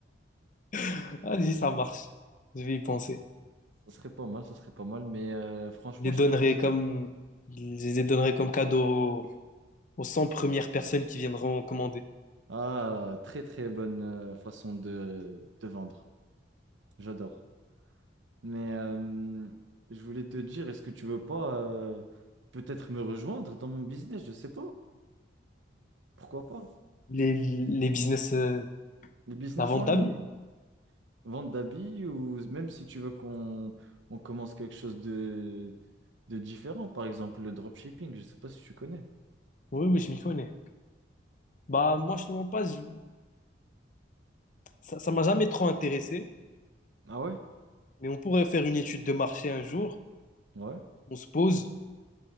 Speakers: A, on the left; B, on the right.
A: <laughs> Vas-y, ça marche. Je vais y penser.
B: Ça serait pas mal, ça serait pas mal. Mais euh, franchement,
A: Je les
B: je
A: donnerai
B: te conseille.
A: comme, je les donnerai comme cadeau aux 100 premières personnes qui viendront commander.
B: Ah, très très bonne euh, façon de, de vendre. J'adore. Mais euh, je voulais te dire, est-ce que tu veux pas euh, peut-être me rejoindre dans mon business? Je sais pas. Pourquoi pas?
A: Les, les business, euh,
B: Les business
A: la vente
B: en
A: d'habits.
B: ligne. vente d'habits ou même si tu veux qu'on on commence quelque chose de, de différent, par exemple le dropshipping, je ne sais pas si tu connais.
A: Oui, oui, je m'y connais. Bah, moi, je te mens pas, je- ça, ça m'a jamais trop intéressé,
B: Ah ouais?
A: mais on pourrait faire une étude de marché un jour.
B: Ouais.
A: On se pose,